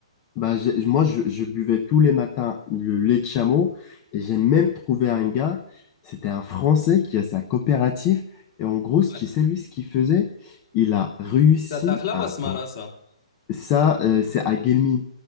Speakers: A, on the left (about 15°); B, on the left (about 35°).
A: Bah, j'ai- moi, je, je buvais tous les matins le lait de chameau. Et j'ai même trouvé un gars. C'était un Français qui a sa coopérative. Et en gros, tu
B: Ouais.
A: sais, lui, ce qu'il faisait, il a réussi
B: C'est à Dakhla
A: à...
B: ou à Smara,
A: tr-
B: ça?
A: Ça, euh, c'est à Guelmim.